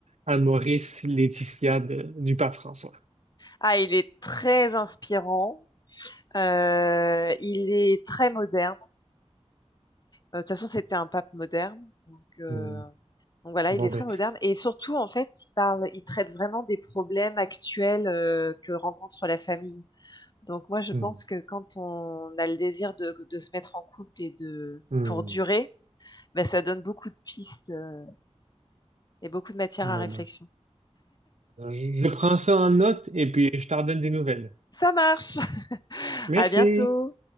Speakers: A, on the right; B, on the left.
A: Maurice Laetitia de- du pape François.
B: Ah, il est très inspirant. Euh, il est très moderne. Euh, De toute façon, c'était un pape moderne. Donc, euh,
A: Hmm.
B: donc voilà,
A: Bon
B: il est très
A: ben,
B: moderne. Et surtout, en fait, il parle, il traite vraiment des problèmes actuels euh, que rencontre la famille. Donc moi, je
A: hmm.
B: pense que quand on a le désir de, de se mettre en couple et de
A: Hmm.
B: pour durer, ben, ça donne beaucoup de pistes euh, et beaucoup de matière
A: Bon
B: à réflexion.
A: ben, je je prends ça en note et puis je t'en donne des nouvelles.
B: Ça marche. <laughs>
A: Merci.
B: À bientôt.